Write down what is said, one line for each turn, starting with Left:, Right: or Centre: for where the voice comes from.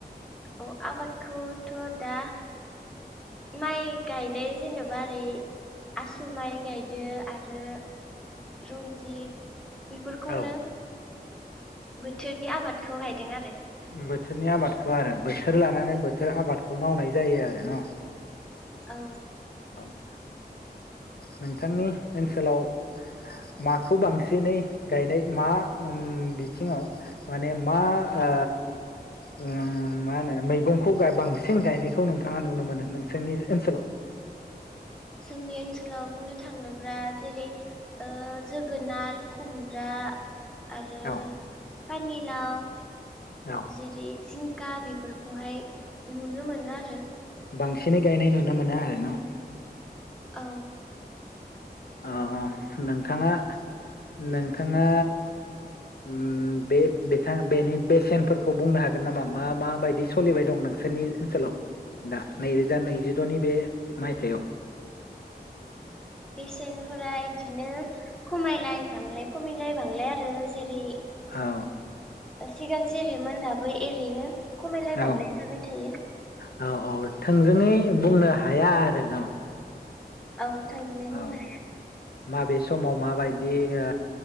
Centre: अ आबाद खौथ' दा माइ गायनाय जेन'बा ओरै आसु माइ गायदो आरो रनजित बेफोरखौनो
Left: औ
Centre: बोथोरनि आबादखौ गायदों आरो
Left: बोथोरनि आबादखौ आरो बोथोर लानानै बोथोर आबादखौ मावनाय जायो आरो न'
Centre: औ
Left: ओ नोंथांनि ओनसोलाव माखौ बांसिनै गायनाय मा ओम बिथिङाव माने मा ओ ओम मा होनो मैगंखौ बांसिन गायनायखौ नोंथाङा नुनो मोनो नोंसोरनि ओनसोलाव
Centre: जोंनि ओनसोलाव बुंनो थाङोब्ला जेरै ओ जोगोनार खुमब्रा आरो
Left: औ
Centre: पानि लाव
Left: औ
Centre: जेरै जिंक गा बेफोरखौहाय नुनो मोनो आरो।
Left: बांसिनै गायनाय नुनो मोनो आरो ना?
Centre: औ
Left: औ ओ नोंथाङा नोंथाङा उम बे बिथां बेनि बेसेनफोरखौ बुंनो हागोन नामा मा मा बायदि सोलिबाय दं नोंसोरनि ओनसोलाव दा? नैरोजा नैजिद'नि बे माइथायाव?
Centre: बेसेनफोरा एदिनो खमायलाय बांलाय खमायलाय बांलाय आरो। जेरै
Left: होऔ।
Centre: सिगां जेरैमोन दाबो एरैनो। खमायलाय
Left: औ
Centre: बांलाय जाबाय थायो।
Left: औ औ थोंजोङै बुंनो हाया आरो न?
Centre: औ थांजोंङै
Left: औ
Centre: बुंनो हाया।
Left: माबे समाव माबायदि ओ